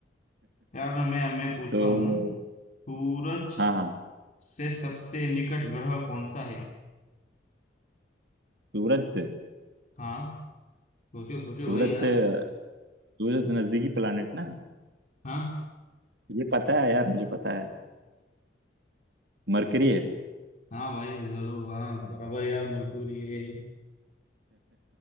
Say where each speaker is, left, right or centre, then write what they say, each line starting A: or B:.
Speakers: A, on the left; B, on the right.
A: यार मैं मैं पूछता
B: तो
A: हूँ सूरज
B: हाँ हाँ
A: से सबसे निकट ग्रह कौन सा है
B: सूरज से
A: हाँ सोचो सोचो
B: सूरज
A: भाई यार
B: से सूरज से नजदीकी प्लानिट ना
A: हाँ
B: ये पता है यार मुझे पता है मरकरी है
A: हाँ भाई जरूर हाँ बराबर यार मरकुरी है